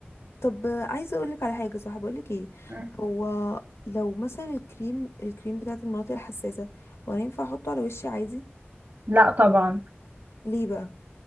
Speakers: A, on the left; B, on the right.
A: طب آه، عايزه اقولك على حاجه صح بقولك ايه
B: مم.
A: هو لو مثلا الكريم الكريم بتاعت المناطق الحساسه هو انا ينفع احطه على وشي عادي
B: لا طبعا
A: ليه بقى